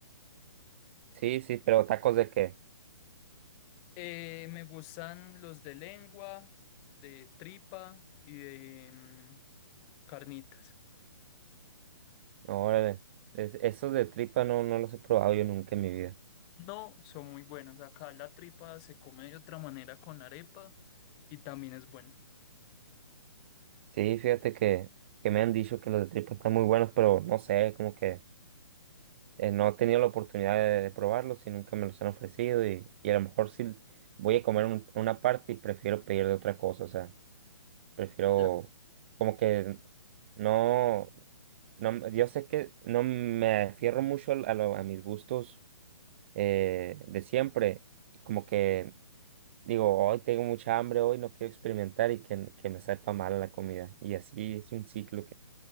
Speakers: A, on the right; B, on the left.
A: Sí, sí, pero tacos de qué?
B: Eh, me gustan los de lengua, de tripa y de mm, carnitas.
A: Órale, es- esos de tripa no, no los he probado yo nunca en mi vida.
B: No, son muy buenos. Acá la tripa se come de otra manera con arepa y también es bueno.
A: Sí, fíjate que, que me han dicho que los de tripa están muy buenos, pero no sé, como que eh, no he tenido la oportunidad de, de probarlos y nunca me los han ofrecido y, y a lo mejor sí voy a comer un- una parte y prefiero pedir de otra cosa, o sea, prefiero
B: Ya.
A: como que no, no, yo sé que no me afierro mucho a, lo- a mis gustos eh, de siempre y como que digo, hoy tengo mucha hambre, hoy no quiero experimentar y que, que me sepa mal la comida y así es un ciclo